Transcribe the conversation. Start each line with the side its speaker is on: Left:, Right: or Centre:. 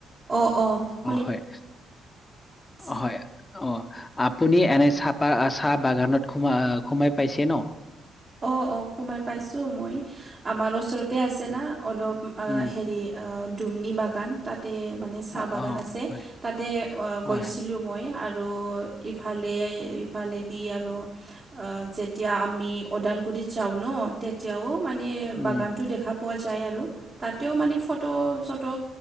Right: অ অ শুনি
Left: হয়
Right: পাইছা
Left: হয় অ আপুনি এনে চাহপা চাহ বাগানত সোমাই আহ সোমাই পাইছে ন
Right: অঁ অঁ সোমাই পাইছোঁ মই আমাৰ ওচৰতে আছে
Left: উম,
Right: না অলপ
Left: উম,
Right: হেৰি দুমনি বাগান তাতে মানে চাহ
Left: অ',
Right: বাগান
Left: অ,
Right: আছে
Left: হয়,
Right: তাতে
Left: হয়,
Right: গৈছিলোঁ মই আৰু ইফালে ইফালেদি আৰু যেতিয়া আমি ওদালগুৰিত যাওঁ ন তেতিয়াও মানে
Left: উম,
Right: বাগানটো দেখা পোৱা যায় আৰু তাতেও মানে ফটো চটো